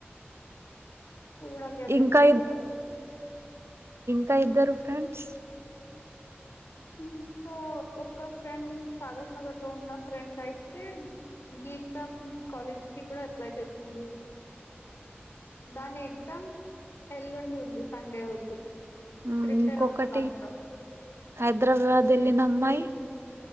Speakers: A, on the left; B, on the right.
A: చూడాలి అది
B: ఇంకా
A: ఎప్పుడు ఉంటదో
B: కా ఇద్దరు ఫ్రెండ్స్
A: ఇంకా ఒక ఫ్రెండ్ కాగజ్ నగర్ లో ఉన్న ఫ్రెండ్ అయితే గీతం కాలేజ్ కి కూడా అప్లై చేసింది. దాని ఎగ్జామ్ ఎల్లుండి ఉంది, సండే రోజు
B: ఉమ్
A: ప్రిపేర్
B: ఇంకొకటి
A: అవుతదంట
B: హైదరాబాద్ వెళ్ళిన అమ్మాయి